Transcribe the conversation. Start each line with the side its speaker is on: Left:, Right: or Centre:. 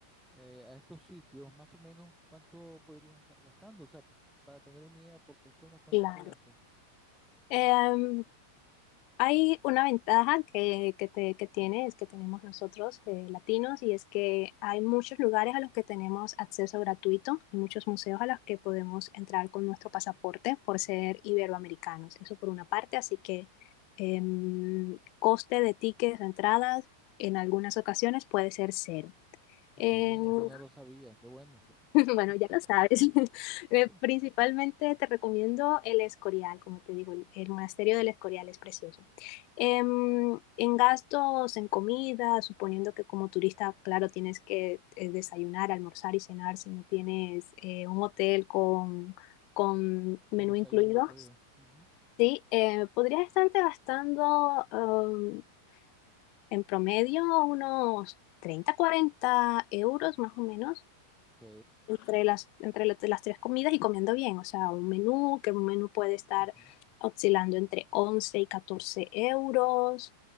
Centre: eh, a estos sitios, más o menos, ¿cuánto podrías estar gastando? O sea, para tener una idea por persona, ¿cuánto
Left: claro.
Centre: se gasta?
Left: Em, hay una ventaja que, que, te- que tiene, es que tenemos nosotros eh, latinos, y es que hay muchos lugares a los que tenemos acceso gratuito, hay muchos museos a los que podemos entrar con nuestro pasaporte por ser iberoamericanos. Eso por una parte, así que em, coste de tickets o entradas en algunas ocasiones puede ser cero. En
Centre: Ah, qué bien, eso no lo sabía, qué bueno.
Left: <laughs> Bueno, ya lo sabes. <laughs> Eh,
Centre: Sí.
Left: Principalmente te recomiendo el Escorial, como te digo, el, el monasterio del Escorial es precioso. Em, en gastos, en comida, suponiendo que como turista, claro, tienes que eh, desayunar, almorzar y cenar si no tienes eh, un hotel con, con menú
Centre: Con desayuno
Left: incluido,
Centre: incluido. Ujú.
Left: sí, eh, podrías estarte gastando em, en promedio unos 30, 40 euros más o menos
Centre: Ok.
Left: entre las, entre la- las tres comidas y comiendo bien. O sea, un menú, que un menú puede estar
Centre: ujú,
Left: oscilando entre 11 y 14 euros